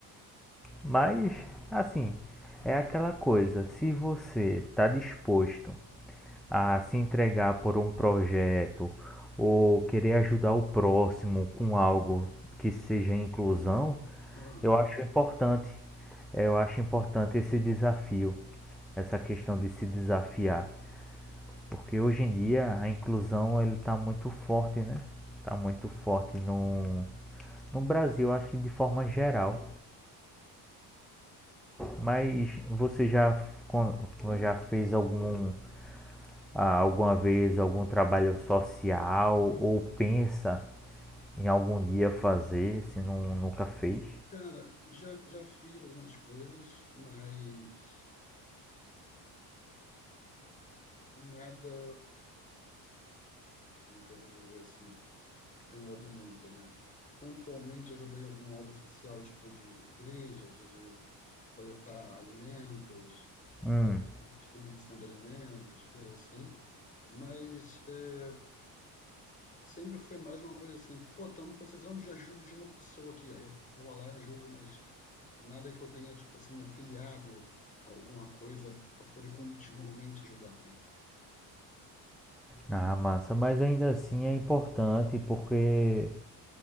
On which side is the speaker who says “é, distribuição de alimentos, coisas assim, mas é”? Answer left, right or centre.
Left